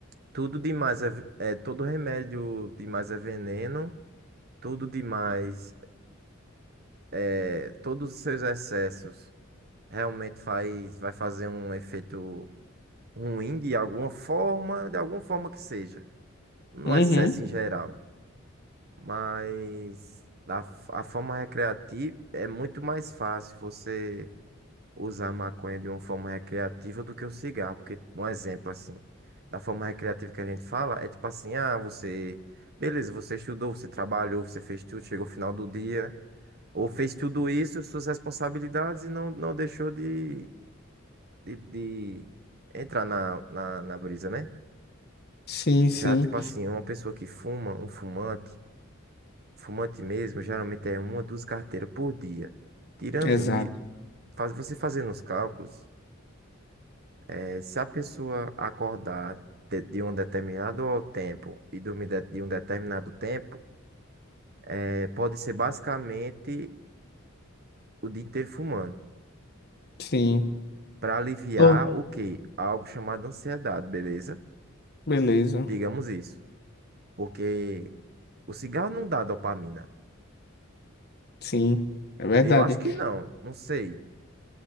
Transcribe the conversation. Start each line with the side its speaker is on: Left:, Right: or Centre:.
Right: Tudo demais é, ve- é... Todo remédio demais é veneno. Tudo demais, é, todos os seus excessos realmente faz, vai fazer um efeito ruim de alguma forma, de alguma forma que seja. no
Left: Uhum.
Right: excesso em geral, mas a, a forma recreativa é muito mais fácil você usar a maconha de uma forma recreativa do que o cigarro. Porque, um exemplo assim, da forma recreativa que a gente fala, é tipo assim, ah, você, beleza, você estudou, você trabalhou, você fez tudo, chegou ao final do dia. Ou fez tudo isso, suas responsabilidades, e não, não deixou de, de, de entrar na, na, na brisa, né?
Left: Sim, sim.
Right: Já, tipo assim, uma pessoa que fuma, um fumante, fumante mesmo, geralmente é uma, duas carteiras por dia. Tirando
Left: Exato.
Right: isso, faz, você fazendo os cálculos, eh, se a pessoa acordar de, de um determinado tempo e dormir de, de um determinado tempo, eh, pode ser basicamente o dia inteiro fumando.
Left: Sim.
Right: Para aliviar
Left: Oh,
Right: o quê? Algo chamado ansiedade, beleza?
Left: beleza.
Right: Digamos isso. Porque o cigarro não dá dopamina.
Left: Sim. É verdade.
Right: Eu acho que não, não sei.